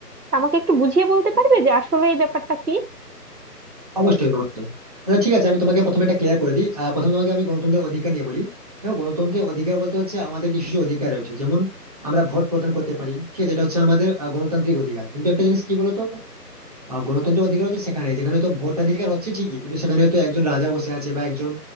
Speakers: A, on the right; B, on the right.
A: আমাকে একটু বুঝিয়ে বলতে পারবে যে আসলে এই ব্যাপারটা কি
B: অবশ্যই অবশ্যই আচ্ছা ঠিক আছে আমি তোমাকে প্রথমে এটা ক্লিয়ার করে দিই আহ, প্রথমে তোমাকে আমি গণতন্ত্রের অধিকার নিয়ে বলি দেখো গণতন্ত্রের অধিকার বলতে হচ্ছে আমাদের কিছু কিছু অধিকার রয়েছে যেমন আমরা ভোট প্রদান করতে পারি ঠিক আছে এটা হচ্ছে আমাদের আহ, গণতান্ত্রিক অধিকার কিন্তু একটা জিনিস কি বলতো আহ, গণতন্ত্রের অধিকার হচ্ছে সেখানে যেখানে তো ভোটাধিকার হচ্ছে ঠিকই কিন্তু সেখানে হয়তো একজন রাজা বসে আছে বা একজন